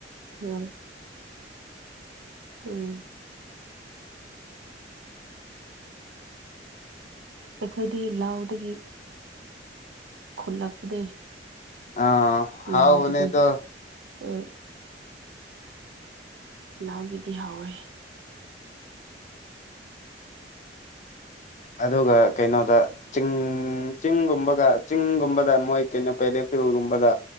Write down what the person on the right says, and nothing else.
ꯍ ꯍꯣꯏ ꯎꯝ ꯑꯩꯈꯣꯏꯗꯤ ꯂꯥꯎꯗꯒꯤ ꯈꯨꯠꯂꯛꯄꯅꯦ
ꯂꯥꯎꯒꯤꯗꯤꯌꯦ ꯎ ꯂꯥꯎꯒꯤꯗꯤ ꯍꯥꯎꯋꯦ